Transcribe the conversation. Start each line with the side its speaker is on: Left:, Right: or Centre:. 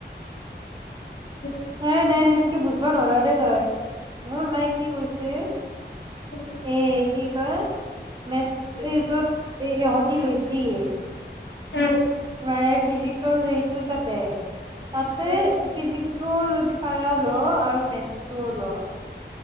Left: উম,
Right: নাই নাই সেনকে বুজবা নোৱাৰ দেই তই, মোৰ মায়ে কি কৈছে-
Left: উম,
Right: এই কি কয় মেথছ এই যত এ ইহতি লৈছি
Left: উম
Right: তাৰ ফিজিক্সৰ সিটো তাতে তাতে
Left: উম।
Right: ফিজিক্স তোৰ যদি পাৰা ল, আৰু মেথছটোও ল